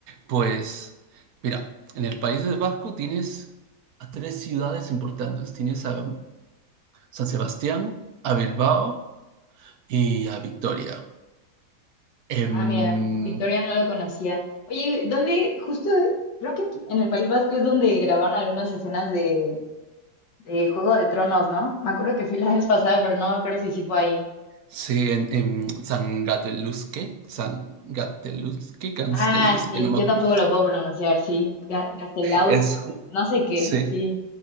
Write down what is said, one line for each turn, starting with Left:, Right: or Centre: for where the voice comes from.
Right: Pues, mira, en el País Vasco tienes a tres ciudades importantes. Tienes a San Sebastián, a Bilbao y a Victoria. Em,
Left: Ah, mira, Victoria no lo conocía. Oye, ¿dónde? Justo, creo que en en el País Vasco es donde grabaron algunas escenas de, de Juego de Tronos, ¿no? Me acuerdo que fui la vez pasada, pero no me acuerdo si sí fue ahí.
Right: sí, en, en San Gateluzque, San Gateluzque, Gansteluzque,
Left: Ah, sí,
Right: no me
Left: yo
Right: acuerdo.
Left: tampoco lo puew pronunciar, sí. Ga- Gaztelau,
Right: Es, ju-
Left: no sé qué,
Right: sí,
Left: sí.